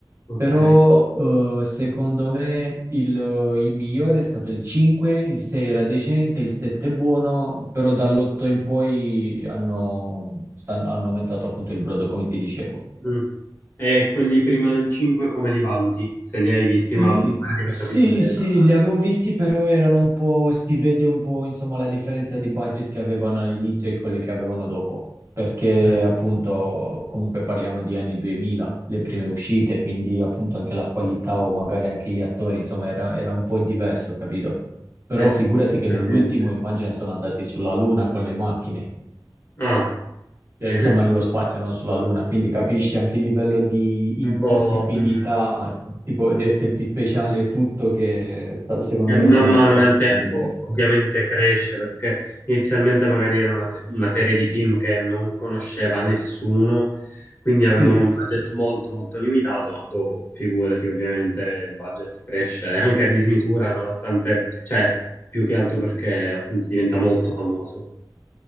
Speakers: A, on the left; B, on the right.
A: ok.
B: Però eh, secondo me il, il migliore è stato il 5, il 6 era decente, il 7 è buono, però dall'8 in poi hanno, stan- hanno aumentato appunto il brodo, come ti dicevo.
A: Mm. E quelli prima del 5 come li valuti? Se li hai visti, ma
B: L-
A: mi pare di aver capito
B: Sì,
A: che devi
B: sì,
A: parlare.
B: li avevo visti, però erano un po', si vede un po', insomma, la differenza di budget che avevano all'inizio e quelle che avevano dopo, perché
A: Eh,
B: appunto comunque parliamo di anni 2000, le prime uscite, quindi appunto anche la qualità o magari anche gli attori, insomma, era, era un po' diverso, capito? Però
A: eh sì,
B: figurati
A: veramente.
B: che nell'ultimo, immagina, sono andati sulla Luna con le macchine,
A: Ah,
B: eh,
A: <laughs>
B: insomma, nello spazio, non sulla Luna, quindi capisci anche il livello di
A: un
B: impossibilità,
A: po'. Mhm.
B: tipo in effetti speciali e tutto, che sta- secondo
A: E man
B: me stanno oltrepassando
A: mano nel tempo
B: i limiti.
A: ovviamente cresce perché inizialmente magari era una, se- una serie di film che non conosceva nessuno, quindi avevano
B: Sì,
A: un budget molto molto limitato, ma dopo figurati ovviamente il budget cresce anche a dismisura, nonostante, cioè più che altro perché appunto diventa molto famoso.